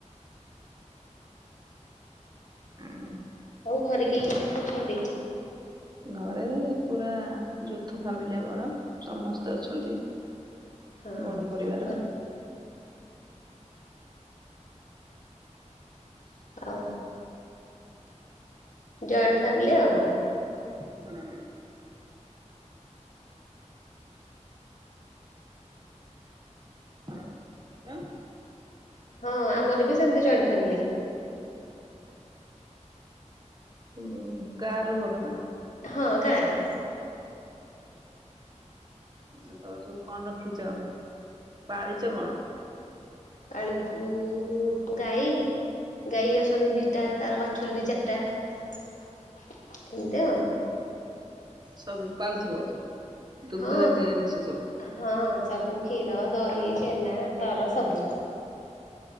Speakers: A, on the right (about 35°); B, on the left (about 80°).
A: ହୁଁ,
B: ଆଉ ଘରେ କିଏ କିଏ ସବୁ ଅଛନ୍ତି।
A: ଘରେ ପୁରା ଯୌଥ ଫ୍ୟାମିଲୀ ଆମର ସମସ୍ତେ ଅଛନ୍ତି।
B: ହଁ
A: ବଡ ପରିବାର
B: ଭଲ। ଆଉ? ଜଏଣ୍ଟ ଫ୍ୟାମିଲି ଆଉ।
A: ହୁଁ, ଆଉ କଣ।
B: ହଁ ଆମର ବି ସେମିତି ଜଏଣ୍ଟ ଫ୍ୟାମିଲି।
A: ହଁ ଗାଁରେ ରୁହ ତମେ?
B: ହଁ ଗାଁରେ।
A: ଆ ତମେ ସବୁ କଣ ରଖିଛ ପାଳିଛ କଣ?
B: ପାଳିଛୁ ଗାଈ, ଗାଈ ଅଛନ୍ତି ଦିଟା ତାର ବାଛୁରୀ ଦି ଚାରିଟା ଏମିତି ଆଉ।
A: ସବୁ ପାଉଥିବ? ଦୁଗ୍ଧ
B: ହଁ
A: ଜାତୀୟ ଜିନିଷ ସବୁ
B: ହଁ ସବୁ। କ୍ଷୀର, ଦହି, ଛେନା, ସର ସବୁ।